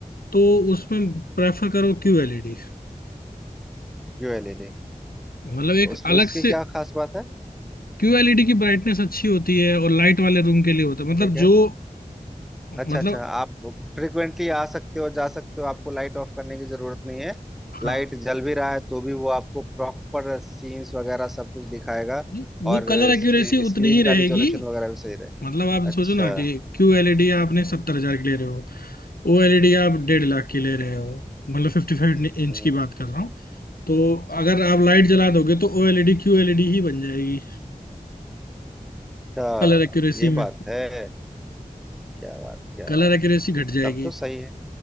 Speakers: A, on the left (about 80°); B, in the centre.
A: तो उसमें प्रेफर करो क्यूएलईडी
B: क्यूएलईडी
A: मतलब एक
B: उस
A: अलग
B: उसकी
A: से
B: क्या खास बात है
A: क्यूएलईडी की ब्राइटनेस अच्छी होती है और लाइट वाले रूम के लिए होता है मतलब
B: ठीक है
A: जो
B: अच्छा
A: मतलब
B: अच्छा आप फ्रिक्वेंटली आ सकते हो जा सकते हो आपको लाइट ऑफ करने की जरूरत नहीं है
A: हाँ
B: लाइट जल भी रहा है तो भी वो आपको प्रॉपर सीन्स वगैरह सब कुछ दिखाएगा
A: नहीं, वो
B: और
A: कलर
B: इसकी
A: एक्यूरेसी उतनी
B: स्क्रीन
A: ही रहेगी
B: का रिजोल्यूशन वगैरह भी सही रहेगा
A: मतलब आप
B: अच्छा
A: सोचो ना कि क्यू एलईडी आपने सत्तर हजार की ले रहे हो ओ एलईडी आप डेढ़ लाख की ले रहे हो मतलब फिफ्टी फाइव इंच
B: हम्म
A: की बात कर रहा हूँ तो अगर
B: हम्म,
A: आप
B: हम्म,
A: लाइट जला
B: हम्म।
A: दोगे तो ओ एलईडी क्यू एलईडी ही बन जाएगी
B: अच्छा
A: कलर एक्यूरेसी
B: ये
A: में
B: बात है क्या बात क्या
A: कलर
B: बात
A: एक्यूरेसी घट जाएगी
B: तब तो सही है